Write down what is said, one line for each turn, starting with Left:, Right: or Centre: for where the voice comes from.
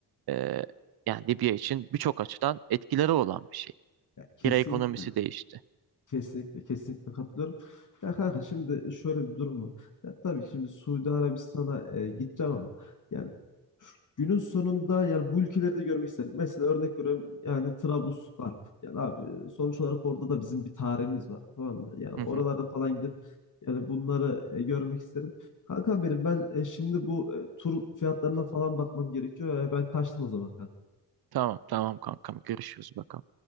Right: e, yani Libya için birçok açıdan etkileri olan bir şey.
Left: Ya kesinlikle.
Right: Lira ekonomisi değişti.
Left: Kesinlikle. Kesinlikle katılıyorum. Ya kanka şimdi şöyle bir durum var. Ya tabii şimdi Suudi Arabistan'a e, gideceğim ama yani şu- günün sonunda yani bu ülkeleri de görmek isterim. Mesela örnek veriyorum yani Trablusgarp. Yani abi sonuç olarak orada da bizim bir tarihimiz var. Tamam mı? Yani oralarda
Right: Hı hı.
Left: falan gidip yani bunları e, görmek isterim. Kankam benim ben e, şimdi bu e, tur fiyatlarına falan bakmam gerekiyor. E, ben kaçtım o zaman kanka.
Right: Tamam tamam kankam görüşürüz bakalım.